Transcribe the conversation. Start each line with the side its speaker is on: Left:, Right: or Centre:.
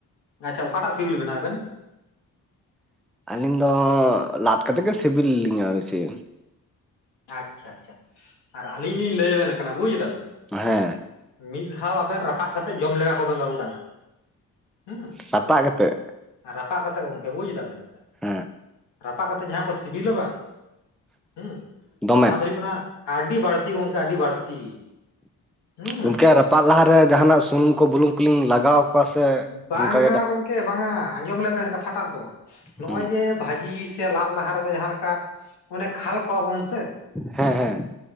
Left: ᱟᱪᱪᱷᱟ ᱚᱠᱟᱴᱟᱜ ᱥᱤᱵᱤᱞ ᱵᱮᱱᱟ ᱟᱵᱮᱱ?
Centre: ᱟᱹᱞᱤᱧ ᱫᱚ ᱞᱟᱫ ᱠᱟᱛᱮᱫ ᱜᱮ ᱥᱤᱵᱤᱞ ᱞᱤᱧᱟ. ᱵᱮᱥᱤ᱾
Left: ᱟᱪᱪᱷᱟ ᱟᱪᱪᱷᱟ ᱟᱨ ᱟᱹᱞᱤᱧ ᱞᱤᱧ ᱞᱟᱹᱭ ᱟᱵᱮᱱ ᱠᱟᱱᱟ ᱵᱩᱡ ᱮᱫᱟ ᱵᱮᱱ᱾
Centre: ᱦᱮᱸ
Left: ᱢᱤᱫ ᱫᱷᱟᱣ ᱟᱵᱮᱱ ᱨᱟᱯᱟᱜ ᱠᱟᱛᱮᱫ ᱡᱚᱢ ᱞᱮᱜᱟ ᱠᱚᱵᱮᱱ ᱵᱟᱹᱨᱩᱰᱟᱝ ᱦᱟᱸᱜ ᱦᱩᱸ᱾
Centre: ᱨᱟᱯᱟᱜ ᱠᱟᱛᱮᱫ᱾
Left: ᱨᱟᱯᱟᱜ ᱠᱟᱛᱮᱫ ᱜᱚᱢᱠᱮ ᱵᱩᱡᱽ ᱫᱟᱵᱮᱱ ᱥᱮ᱾
Centre: ᱦᱮᱸ
Left: ᱨᱟᱯᱟᱜ ᱠᱟᱛᱮᱜ ᱡᱟᱦᱟᱸ ᱠᱚ ᱥᱤᱵᱤᱞᱟ ᱵᱟᱝ ᱦᱩᱸ᱾
Centre: ᱫᱚᱢᱮ
Left: ᱚᱱᱟ ᱫᱚ ᱦᱩᱭᱩᱜ ᱠᱟᱱᱟ ᱟᱰᱤ ᱵᱟᱹᱲᱛᱤ ᱜᱚᱝᱠᱮ ᱟᱰᱤ ᱵᱟᱹᱲᱛᱤ᱾ ᱦᱩᱸ
Centre: ᱜᱚᱝᱠᱮ ᱨᱟᱯᱟᱜ ᱞᱟᱦᱟᱨᱮ ᱡᱟᱦᱟᱱᱟᱜ ᱥᱩᱱᱩᱢ ᱠᱚ ᱵᱩᱞᱩᱝ ᱠᱚᱞᱤᱧ ᱞᱟᱜᱟᱣᱟᱠᱚᱣᱟ ᱥᱮ
Left: ᱵᱟᱝᱟ
Centre: ᱚᱱᱠᱟᱼᱼ
Left: ᱜᱚᱝᱠᱮ ᱵᱟᱝᱟ ᱟᱸᱡᱚᱢ ᱞᱮᱵᱮᱱ ᱠᱟᱛᱷᱟᱴᱟᱜ ᱫᱚ᱾ ᱱᱚᱜᱼᱚᱭ
Centre: ᱦᱩᱸ
Left: ᱡᱮ ᱵᱷᱟᱹᱡᱤ ᱥᱮ ᱞᱟᱫ ᱞᱟᱦᱟ ᱨᱮᱫᱚ ᱡᱟᱦᱟᱸ ᱞᱮᱠᱟ ᱚᱱᱮ ᱠᱷᱟᱞ ᱠᱚᱣᱟ ᱵᱚᱱ ᱥᱮ,
Centre: ᱦᱮᱸ ᱦᱮᱸ᱾